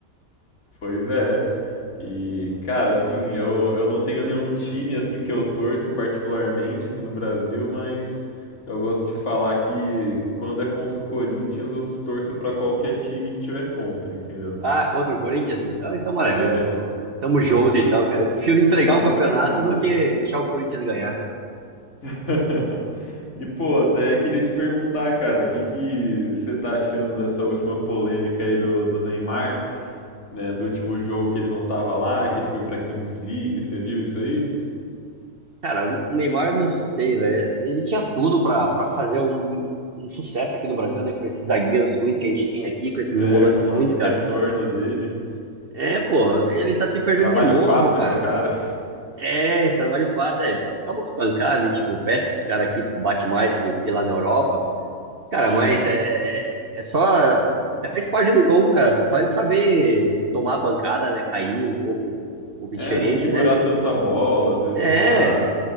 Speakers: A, on the left; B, on the right.
A: Pois é. E, cara, assim, eu, eu não tenho nenhum time assim que eu torço particularmente aqui no Brasil, mas eu gosto de falar que quando é contra o Corinthians, eu torço pra qualquer time que tiver contra, entendeu?
B: Ah, contra o Corinthians, então, então maravilha.
A: É,
B: Então, tamo junto e tal, cara. Eu prefiro
A: <laughs>
B: entregar
A: então
B: um
A: tá
B: campeonato
A: tranquilo.
B: do que deixar o Corinthians ganhar.
A: <laughs> E, pô, até queria te perguntar, cara, o que que você tá achando dessa última polêmica aí do, do Neymar, né? Do último jogo que ele não tava lá, que ele foi pra Kings League, você viu isso aí?
B: Cara, o Neymar, eu não sei, velho. Ele tinha tudo pra, pra fazer um, um sucesso aqui no Brasil, né? Com esses zagueiros ruins que a gente tem aqui, com esses
A: É,
B: volantes
A: com o
B: ruins,
A: retorno
B: cara.
A: dele.
B: É, pô, ele tá se perdendo
A: Trabalho
B: de novo,
A: fácil
B: cara.
A: pro cara.
B: É, trabalho fácil, é. Toma umas pancadas, a gente confessa que os caras aqui batem mais que, que lá na Europa. Cara,
A: Sim.
B: mas é, é é só. É, faz parte do jogo, cara. Só de saber tomar a pancada, né? Cair um pouco, um pouco
A: É,
B: diferente,
A: não segurar
B: né?
A: tanto a bola, às vezes
B: É,
A: tentar